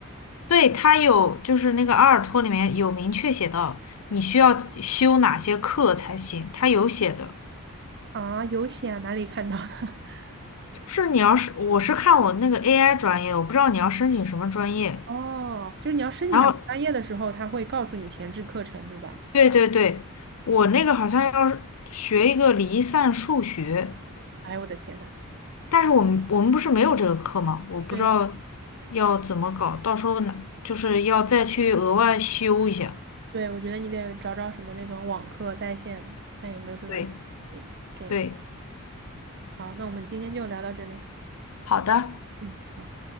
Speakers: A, on the left; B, on the right.
A: 对，他有，就是那个阿尔托里面有明确写到你需要修哪些课才行，他有写的。
B: 啊，有写啊哪里看到的？<laughs>
A: 就是你要是我是看我那个 AI 专业，我不知道你要申请什么专业。
B: 哦，就是你要申请什么专业的时候，
A: 然后，
B: 他会告诉你前置课程，对吧？
A: 对对对，我那个好像要是学一个离散数学。
B: 哎呦，我的天呐！
A: 但是我们我们不是没有这个课吗？我不知道
B: 对，所以
A: 要怎么搞，到时候呢，就是要再去额外修一下。
B: 对，我觉得你得找找什么那种网课在线的，看有没有这种。
A: 对
B: 这这，
A: 对，
B: 好，那我们今天就聊到这里。
A: 好的。
B: 嗯，好。